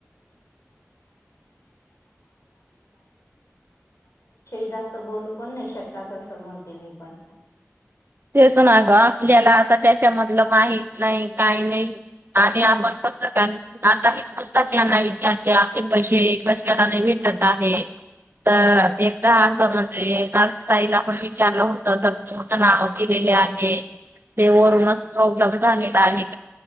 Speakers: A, on the left (about 65°); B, on the right (about 45°).
A: जास्त बोलू पण नाही शकतात असं म्हणते मी पण.
B: तेच ना ग आपल्याला आता त्याच्यामधलं माहीत नाही काही नाही. आणि आपण पत का आता मी स्तात त्यांना विचारते आमचे पैसे एकदाला नाही भेट कर आहे तर एकदा हा म्हणजे नतााईल आपण विचारलं होत तर तुमचं नाव दिलेले आहे ते
A: हा
B: वरुून प्रॉब्लेम